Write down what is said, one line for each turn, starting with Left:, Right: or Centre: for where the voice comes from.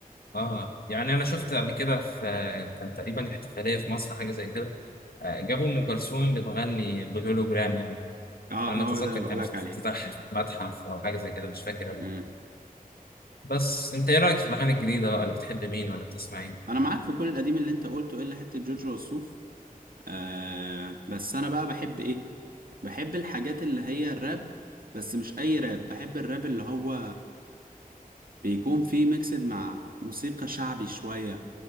Left: اه يعني انا شفت قبل كده في كان تقريبا احتفاليه في مصر حاجه زي كده آه، جابوا ام كلثوم بتغني بالهولوجرام يعني
Right: آه
Left: انا
Right: هو
Left: ما اتذكر
Right: ده اللي بقولك
Left: كان في
Right: عليه
Left: افتتاح متحف او حاجه زي كده مش فاكر قوي
Right: امم
Left: بس انت ايه رايك في الاغاني الجديده بقى اللي بتحب مين ولا بتسمع ايه
Right: أنا معاك في كل القديم اللي أنت قلته إلا حتة جورج وسوف آه بس انا بقى بحب ايه بحب الحاجات اللي هي الراب بس مش اي راب بحب الراب اللي هو بيكون فيه ميكسد مع موسيقى شعبي شوية